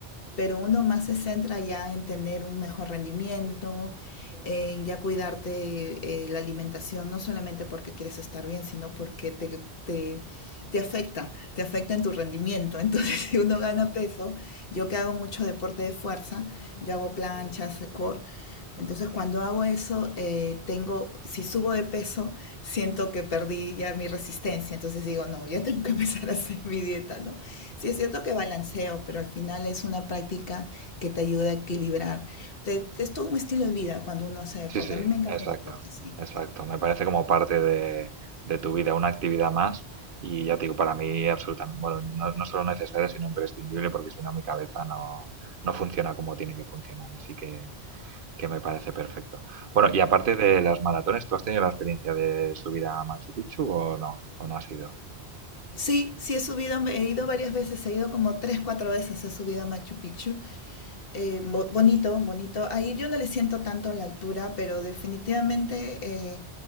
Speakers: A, on the left; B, on the right.
A: pero uno más se centra ya en tener un mejor rendimiento, en ya cuidarte eh, la alimentación, no solamente porque quieres estar bien, sino porque te, te, te afecta, te afecta en tu rendimiento. Entonces, <laughs> si uno gana peso, yo que hago mucho deporte de fuerza, yo hago planchas, core, entonces cuando hago eso, eh, tengo, si subo de peso, siento que perdí ya mi resistencia. Entonces digo, no, ya tengo que empezar a hacer mi dieta, ¿no? Sí, es cierto que balanceo, pero al final es una práctica que te ayuda a equilibrar. Te- te- es todo un estilo de vida cuando uno hace deporte.
B: Sí, sí,
A: A mí me encanta
B: exacto,
A: el deporte, sí.
B: exacto. Me parece como parte de, de tu vida, una actividad más. Y ya te digo, para mí absolutamente, bueno, no, no solo necesaria, sino imprescindible, porque si no mi cabeza no, no funciona como tiene que funcionar. Así que, que me parece perfecto. Bueno, y aparte de las maratones, ¿tú has tenido la experiencia de subir a Machu Picchu o no? ¿O no has ido?
A: Sí, sí he subido, he ido varias veces, he ido como tres, cuatro veces, he subido a Machu Picchu Eh, bo- bonito, bonito. Ahí yo no le siento tanto la altura, pero definitivamente eh,